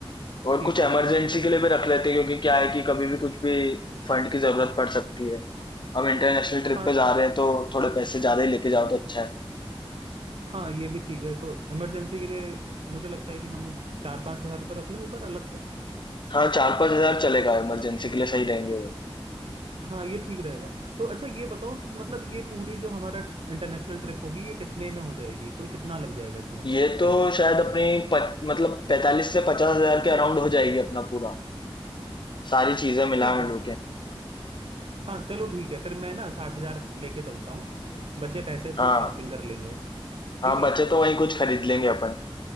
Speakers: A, on the left (about 50°); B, on the right (about 70°).
A: और
B: ठीक
A: कुछ
B: है
A: इमरजेंसी के लिए भी रख लेते हैं क्योंकि क्या है कि कभी भी कुछ भी फंड की जरूरत पड़ सकती है हम इंटरनेशनल
B: हाँ
A: ट्रिप पे जा रहे हैं तो थोड़े पैसे ज्यादा ही लेके जाओ तो अच्छा है
B: हाँ ये भी ठीक है तो इमरजेंसी के लिए मुझे लगता है कि हम चार पाँच हजार रुपये रख लें ऊपर अलग से
A: हाँ चार पांच हजार चलेगा इमरजेंसी के लिए सही रहेंगे वो
B: हाँ ये ठीक रहेगा तो अच्छा ये बताओ कि मतलब ये पूरी जो हमारा इंटरनेशनल ट्रिप होगी ये कितने में हो जाएगी कुल कितना लग जाएगा इसमें
A: ये तो
B: पैसा
A: शायद अपनी पच, मतलब पैंतालीस से पचास हजार के अराउंड हो जाएगी अपना पूरा सारी चीजें मिला
B: ठीक है
A: मिलू के
B: हाँ चलो ठीक है फिर मैं ना साठ हजार लेके चलता हूँ बचे पैसे
A: हाँ
B: तो शॉपिंग कर लेंगे ठीक
A: हाँ
B: है
A: बचे तो वहीं कुछ खरीद लेंगे अपन